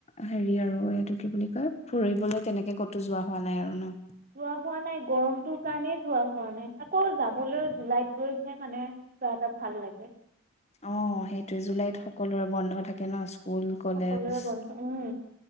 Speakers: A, on the left; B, on the right.
A: হেৰি আৰু এইটো কি বুলি কয় ফুৰিবলৈ তেনেকে কতো যোৱা হোৱা নাই আৰু ন
B: যোৱা হোৱা নাই গৰমটোৰ কাৰণেই যোৱা হোৱা নাই আকৌ যাবলৈও জুলাইত গৈছে মানে কিবা এটা ভাল লাগে
A: অ সেইটোৱেই জুলাইত সকলোৰে বন্ধ থাকে টেনৰ স্কুল কলেজ
B: সকলোৰে বন্ধ উম